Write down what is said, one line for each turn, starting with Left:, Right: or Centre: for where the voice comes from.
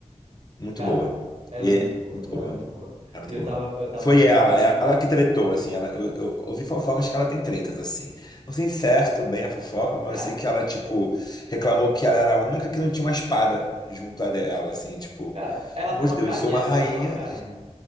Left: Muito
Right: cara,
Left: boa.
Right: ela
Left: E
Right: é muito boa,
Left: muito
Right: ela
Left: boa.
Right: é muito boa.
Left: É muito
Right: E eu
Left: boa.
Right: tava, eu tava
Left: Foi
Right: vendo
Left: ela,
Right: aqui,
Left: ela que tretou, assim. Ela, eu, eu ouvi fofocas que ela tem tretas, assim. Não sei certo bem a fofoca, mas
Right: cara,
Left: eu sei que ela, tipo, reclamou que ela era a única que não tinha uma espada junto a dela, assim, tipo,
Right: cara, ela
Left: amor
Right: tem uma
Left: de Deus,
Right: carinha,
Left: eu sou uma rainha.
Right: ela tem uma carinha,